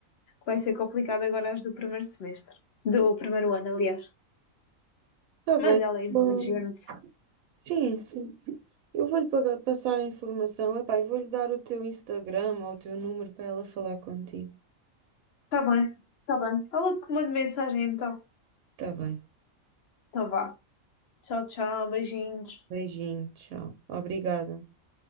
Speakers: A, on the left (about 60°); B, on the right (about 85°).
A: vai ser complicado agora as do primeiro semestre. Do primeiro ano, aliás.
B: Está bem.
A: Mas ela é inteligente
B: bom sim, sim. Eu vou-lhe pagar- passar a informação. Epá, eu vou-lhe dar o teu Instagram ou o teu número para ela falar contigo.
A: Tá bem, tá bem. Fala que manda mensagem então.
B: Está bem.
A: tá vá. Tchau, tchau, beijinhos.
B: Beijinho, tchau. Obrigada.